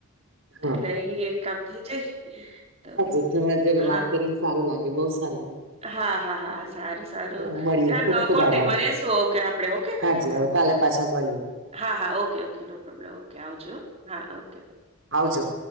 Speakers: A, on the right; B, on the right.
A: હા
B: એટલે એ એક કામ થઇ જાય. તો
A: હા જી તમારા જોડે
B: હા
A: વાત
B: એવું
A: કરીને સારું લાગ્યું બો સારું લા
B: હા હા હા સારું સારું
A: મળીએ ખુબ
B: ચાલ
A: ખુબ
B: કોન્ટેકમાં
A: આભાર
B: રહેશું ઓકે આપડે ઓકે
A: હાજી
B: હા
A: હવે કાલે પાછા મળીએ.
B: હા હા okay okay no problem okay આવજો હો ઓકે બા
A: આવાજો.